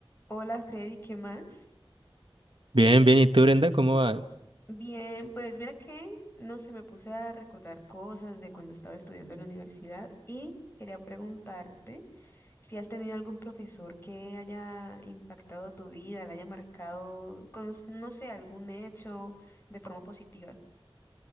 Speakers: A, on the left; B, on the right.
A: Hola Freddy, ¿qué más?
B: Bien, bien. ¿Y tú, Brenda, cómo vas?
A: Bien, pues mira que no sé, me puse a recordar cosas de cuando estaba estudiando en la universidad y quería preguntarte si has tenido algún profesor que haya impactado tu vida, la haya marcado con, no sé, algún hecho de forma positiva.